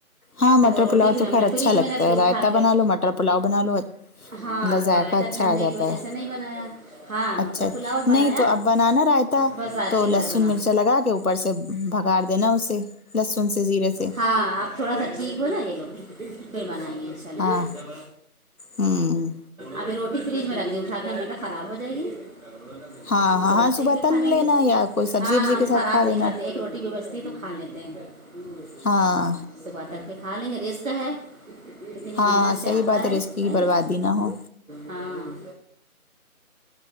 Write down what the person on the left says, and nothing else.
ہاں مٹر
پلاؤ
تو
خیر
اچھا
لگتا
ہے رائتا
بنا لو مٹر پلاؤ بنا لو
مطلب
ذائقہ
اچھا
آ جاتا
ہے
اچھا
نہیں تو اب بنانا رائتا
تو لہسن
مرچ لگا کے اوپر سے بھگاار دینا اسے لہسن سے زیرے سے
ہاں ہوں
ہاں
ہاں
ہاں
تل
لینا
یا کوئی سبزی
وبزی
کے ساتھ
کھا
لینا
ہاں
ہاں
صحیح
بات
رزق کی
بربادی
نہ ہو